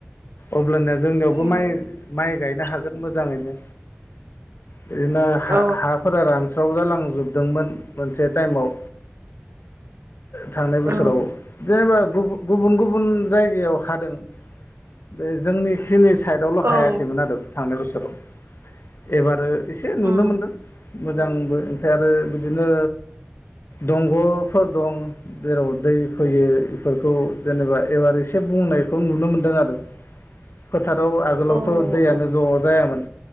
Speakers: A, on the left (about 60°); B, on the right (about 65°).
A: अब्लाना जोंनियावबो
B: उम
A: माइ माइ गायनो हागोन। मोजाङैनो बिदिनो हा
B: औ
A: हा रानस्राव जालांजोबदोंमोन मोनसे टाइमाव थांनाय बोसोराव
B: औ
A: जेनेबा गुबुन गुबुन। जायगायाव हादों बे जोंनिखिनि साइदआवल' हायाखैमोन
B: उम
A: आरो थांनाय बोसो राव एबारो एसे नुनो
B: अ
A: मोनदों। मोजांबो ओमफ्राय आरो बिदिनो दंग'फोर दं जेराव दै फैयो बेफोरखौ जेनेबा एबार एसे बुंनायखौ नुनो मोनदों आरो। फोथाराव आगोलावथ'
B: उम
A: दैयानो ज' जायामोन